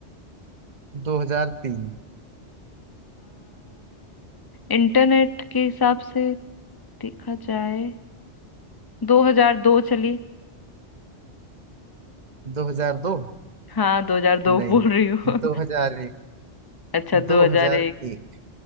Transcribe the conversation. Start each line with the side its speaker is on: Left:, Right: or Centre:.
Right: 2003
Left: इंटरनेट के हिसाब से देखा जाए 2002 चलिए
Right: 2002
Left: हाँ 2002
Right: नहीं
Left: <laughs> बोल रही हूँ
Right: 2001
Left: <laughs> अच्छा
Right: 2001
Left: 2001